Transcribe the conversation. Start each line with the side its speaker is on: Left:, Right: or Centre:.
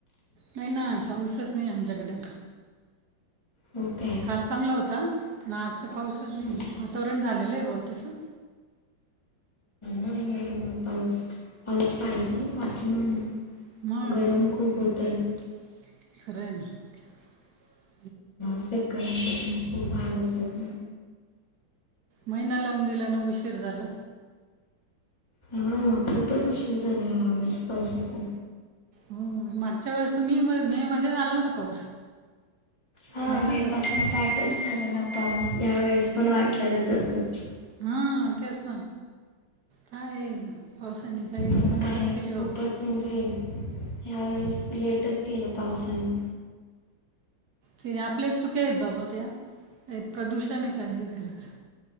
Right: नाही ना पाऊसच नाही आमच्याकडे,
Left: हो काय
Right: काल चांगला होता. पण आज तर पाऊसच नाही,
Left: अच्छा
Right: वातावरण झालेलं आहे ब तसं.
Left: ना ये ना पाऊस, पाऊस पाहिज ना बाकी मग
Right: मग-
Left: गरम खूप होतंय
Right: मग, खरंयना.
Left: शेतकऱ्यांच्या पण खूप हाल होतात.
Right: महिना लाऊन दिला आणि उशीर झाला.
Left: हा खूपच उशीर झाला या वळेस पावसाचा.
Right: हो मागच्या वेळेस मे मे मध्ये झाला होता पाऊस.
Left: हा
Right: माहिती
Left: मे
Right: होता
Left: पासून
Right: का
Left: स्टार्टच झालेला पाऊस. ह्या वेळेस पण वाटलेल तसच.
Right: हा तेच ना काय पावसाने काही
Left: पण
Right: कमालच
Left: काय
Right: केली बाबा
Left: खूपच म्हणजे ह्यावेेळेस लेटच केल पावसाने.
Right: ते आपल्याच चुक्या आहेत बाबा त्या, प्रदूषण आहे काय हे खरच.